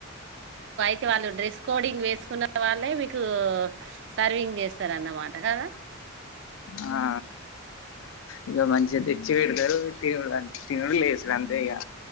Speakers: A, on the right; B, on the left.
A: కి వాళ్ళ డ్రెస్ కోడింగ్ వేసుకున్న వాళ్ళే విక్ టూ సర్వింగ్ చేస్తారన్నమాట గదా
B: ఆ ఇగ మంచిగా తెచ్చి పెడతారు తినూ తినుడు లేసుడు అంతే ఇగా